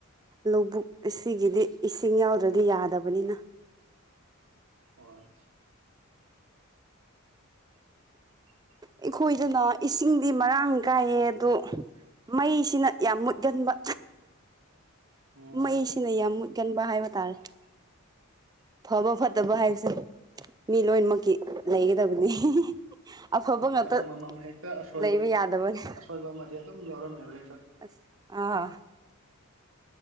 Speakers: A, on the right (about 20°); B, on the right (about 65°).
A: ꯂꯧꯕꯨꯛ ꯑꯁꯤꯒꯤꯗꯤ ꯏꯁꯤꯡ ꯌꯥꯎꯗ꯭ꯔꯗꯤ ꯌꯥꯗꯕꯅꯤꯅ
B: ꯍꯣꯏꯣꯏ <unintelligible>
A: ꯑꯩꯈꯣꯏꯗꯅ ꯏꯁꯤꯡꯗꯤ ꯃꯔꯥꯡ ꯀꯥꯏꯌꯦ ꯑꯗꯣ ꯃꯩꯁꯤꯅ ꯌꯥꯝ ꯃꯨꯠꯒꯟꯕ
B: ꯑꯣ
A: ꯃꯩꯁꯤꯅ ꯌꯥꯝ ꯃꯨꯠꯒꯟꯕ ꯍꯥꯏꯕ ꯇꯥꯔꯦ
B: <unintelligible>
A: ꯐꯕ ꯐꯠꯇꯕ ꯍꯥꯏꯕꯁꯦ ꯃꯤ ꯂꯣꯏꯅꯃꯛꯀꯤ ꯂꯩꯒꯗꯕꯅꯤ ꯑꯐꯕ
B: ꯑꯗꯨꯅ
A: ꯉꯥꯛꯇ
B: ꯑꯃꯃꯝ ꯍꯦꯛꯇ ꯑꯁꯣꯏꯕ
A: ꯂꯩꯕ ꯌꯥꯗꯕꯅꯦ ꯑ
B: ꯑꯁꯣꯏꯕ ꯑꯃꯗꯤ ꯑꯗꯨꯝ ꯌꯥꯎꯔꯝꯃꯦꯕ ꯍꯦꯛꯇ
A: ꯑꯁ ꯑꯥ